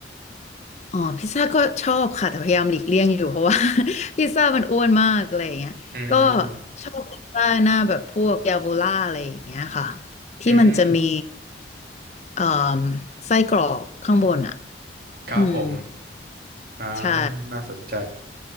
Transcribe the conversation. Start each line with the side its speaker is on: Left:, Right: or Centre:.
Left: อ๋อ พิซซ่าก็ชอบค่ะ แต่พยายามหลีกเลี่ยงอยู่เพราะว่า <laughs> พิซซ่ามันอ้วนมากอะไรอย่างเงี้ยก็
Right: อืม
Left: ชอบพิซซ่าหน้าแบบพวกยาโวล่าอะไรอย่างเงี้ยค่ะที่มันจะมี
Right: อืม
Left: เอ่อไส้กรอกข้างบนอ่ะ
Right: ครับผม
Left: อืม
Right: อ่า
Left: ใช่
Right: น่าสนใจ